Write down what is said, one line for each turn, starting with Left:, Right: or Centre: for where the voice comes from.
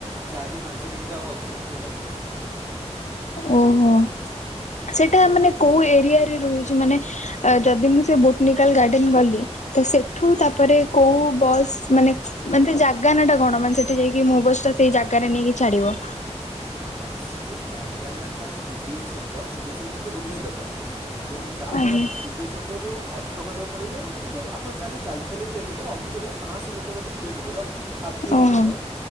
Right: ଚାରିରୁ ପାଞ୍ଚ କିଲୋମିଟର ଆଉ ଅଧିକ ଆପଣ ଲାଗିବ।
Left: ଓହୋ ସେଇଟା
Right: ହଁ
Left: ମାନେ କୋଉ ଏରିଆରେ ରହୁଛି ମାନେ ଯଦି ମୁଁ ସେ ବୋଟନିକାଲ ଗାର୍ଡେନ ଗଲି ତ ସେଠୁ ତାପରେ କୋଉ ବସ୍ ମାନେ ମାନେ ସେ ଜାଗା ନାଁ ଟା କଣ, ମାନେ ସେଠି ଯାଇକି ମୋ ବସ୍ ଟା ସେଇ ଜାଗାରେ ନେଇକି ଛାଡିବ।
Right: ସେ ଜାଗା ନାଟା ଷ୍ଟୁଡ଼ିଓ ଛକ, ଷ୍ଟୁଡ଼ିଓ ଛକ ସେଠି ଓହ୍ଲାଇ ଦେବ। ଦେନ୍ ତାପରେ
Left: ଆଜ୍ଞା।
Right: ଆପଣ ଷ୍ଟୁଡିଓ ଛକ କରୁ ଅଟୋ କରିବାକୁ ପଡ଼ିବ। କିନ୍ତୁ ଆପଣ ଚାହିଁଲେ ଚାଲି ଚାଲିକି ବି ଯାଇପାରିବେ ଅଧିକ ନୁହଁ। ପାଶହ ମିଟର ବୋଧେ ଷ୍ଟୁଡିଓ ଛକରୁ। ହାଫ୍ କିଲୋମିଟର
Left: ଓହୋ
Right: ର,